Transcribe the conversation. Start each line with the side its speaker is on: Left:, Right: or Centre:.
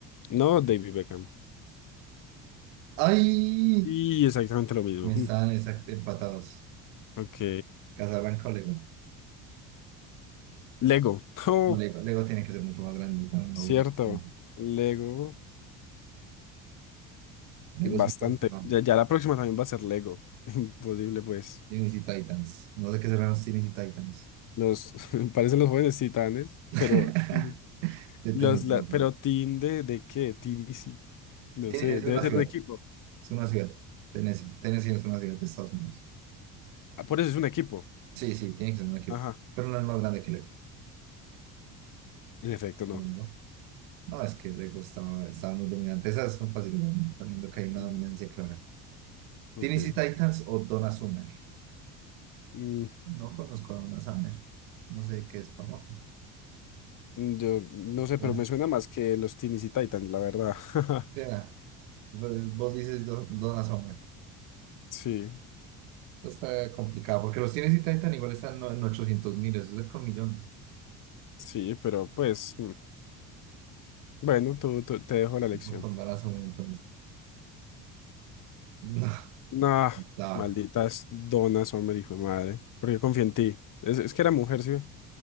Left: No, David Beckham.
Right: ¡Ay!
Left: Y exactamente lo mismo.
Right: Me están
Left: Mm,
Right: exact- empatados.
Left: Ok.
Right: Casablanca o Lego.
Left: Lego. <laughs> Oh,
Right: No, Lego, Lego tiene que ser mucho más grande. No, no,
Left: cierto.
Right: no.
Left: Lego.
Right: Lego
Left: Bastante.
Right: es un poco que no.
Left: Ya, ya la próxima también va a ser Lego. <laughs> Imposible, pues.
Right: Tennessee Titans. No sé qué serán los Tennessee Titans.
Left: Los <laughs> parecen los jóvenes titanes,
Right: <laughs>
Left: pero Teen-
Right: De
Left: los
Right: tenis,
Left: la-
Right: no.
Left: pero
Right: no.
Left: team de, de qué? TDC. No
Right: Tiene-
Left: sé,
Right: es
Left: debe
Right: una
Left: ser
Right: ciudad.
Left: un equipo.
Right: Es una ciudad. Tennessee, Tennessee es una ciudad de Estados Unidos.
Left: Ah, por eso es un equipo.
Right: Sí, sí, tiene que ser un equipo.
Left: Ajá.
Right: Pero no es más grande que Lego.
Left: En efecto, no.
Right: No, no. no. No, es que le gustaba, estaba muy dominante. Esas son fáciles, sabiendo que hay una
Left: Ujú.
Right: dominancia clara.
Left: Ok.
Right: ¿Tennessee Titans o Donna Summer?
Left: Mm,
Right: No conozco a Donna Summer. No sé qué es famoso.
Left: yo no sé,
Right: Ya,
Left: pero me suena más que los Teens y Titans, la verdad. <laughs>
Right: ya. Pues, vos dices Do- Donna Summer.
Left: Sí,
Right: Esto está complicado, porque los Tennessee Titans igual están no- en ochocientos mil, eso es con millón.
Left: sí, pero pues, mm, bueno, tú, tú- te dejo la lección.
Right: No con Donna Summer, entonces. No,
Left: Nah,
Right: no.
Left: malditas donas, hombre, hijo de madre. Porque confié en ti. Es, es que era mujer, ¿sí? ve?